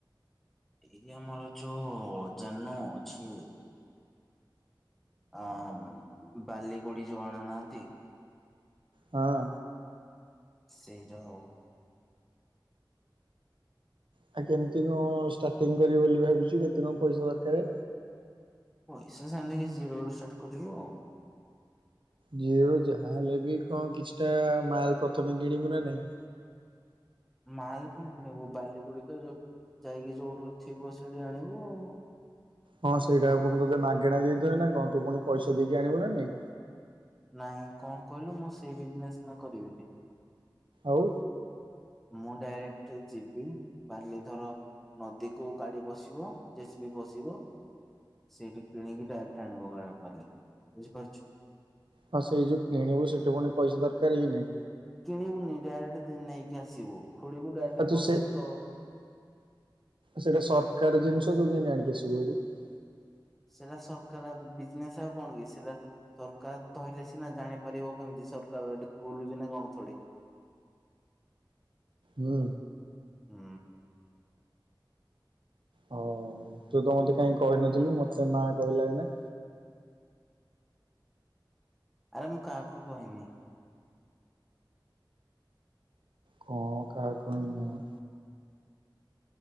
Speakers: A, in the centre; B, on the right.
A: ଏଇ ଆମର ଯୋଉ ଅ ଜାନୋ ଅଛି। ଅମ୍ ବାଲି ଗୁଡି ଯୋଉ ଆଣୁନାହାନ୍ତି।
B: ହଁ।
A: ସେଇରା ଆଉ।
B: ଆଉ କେମିତି କଣ ଷ୍ଟାର୍ଟିଂ କରିବୁ ବୋଲି ଭାବିଛୁ କେତେ କଣ ପଇସା ଦରକାରେ?
A: ପଇସା ସେମିତି କିଛି ଜିରୋ ରୁ ଷ୍ଟାର୍ଟ କରିବି ଆଉ।
B: ଜିରୋ ଯାହାହେଲେ ବି କଣ କିଛିଟା ମାଲ ପ୍ରଥମେ କିଣିବୁ ନା ନାଇଁ?
A: ମାଲ କଣ କିଣିବୁ ବାଲି ଗୁଡି ତ ଯୋ ଯାଇକି ଯୋଉଠୁ ଥିବ ସେଠି ଆଣିବୁ ଆଉ।
B: ହଁ ସେଇଟା କୁ କଣ ତୋତେ ମାଗେଣା ଦେଇଦେବେ ନା କଣ? ତୁ ପୁଣି ପଇସା ଦେଇକି ଆଣିବୁ ନା ନାଇଁ?
A: ନାଇଁ କଣ କହିଲୁ ମୁଁ ସେଇ ବିଜନେସ୍ ନା କରିବିନି।
B: ଆଉ?
A: ମୁଁ ଡାଇରେକ୍ଟ ଯିବି ବାଲି ଧର ନଦୀ କୁ ଗାଡି ପସିବ ଜେ ସି ବି ପସିବ। ସେଇଠି କିଣିକି ଡାଇରେକ୍ଟ ଆଣିବ ବା- ବାଲି, ବୁଝିପାରୁଛୁ?
B: ହଁ ସେଇ ଯୋଉ କିଣିବୁ ସେଠି ପୁଣି ପଇସା ଦରକାର କି ନାଇଁ?
A: କିଣିବୁନି ଡାଇରେକ୍ଟ ନେଇକି ଆସିବୁ ଖୋଳିବୁ ଡାଇରେକ୍ଟ
B: ଆଉ ତୁ
A: ପଶିବୁ
B: ସେ
A: ତ
B: ସେଇଟା ସରକାର ଜିନିଷ ତୁ କେମିତି ଆଣିକି ଆସିବୁ? <unintelligible>
A: ସେଇଟା ସରକାର ବିଜନେସ୍ ଆଉ କଣ କି ସେଟା ସରକାର ଧଇଲେ ସିନା ଜାଣିପାରିବ କେମିତି ସରକାର ଏଠି ବୁଲୁଚି ନା କଣ ଥୋଡି।
B: ହୁଁ।
A: ହୁଁ।
B: ହଁ ତୁ ତୋ ମୋତେ କାହିଁ କହିନଥିଲୁ? ମୋତେ ମା କହିଲା ଏଇନା।
A: ଆରେ ମୁଁ କାହାକୁ କହିନି।
B: କଣ କାହାକୁ କହିନୁ ମୋ?